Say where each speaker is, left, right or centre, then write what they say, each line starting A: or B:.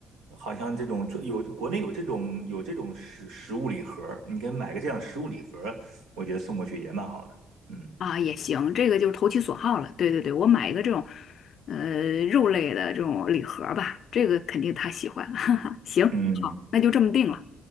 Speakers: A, on the right; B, on the left.
A: 好像这种有国内有这种有这种食食物礼盒，你给买个这样的食物礼盒，我觉得送过去也蛮好的。嗯
B: 啊，也行，这个就是投其所好了。对对对，我买一个这种，呃，肉类的这种礼盒吧，这个肯定他喜欢。<laughs> 哈哈，行，
A: 嗯，
B: 好，那就这么定了。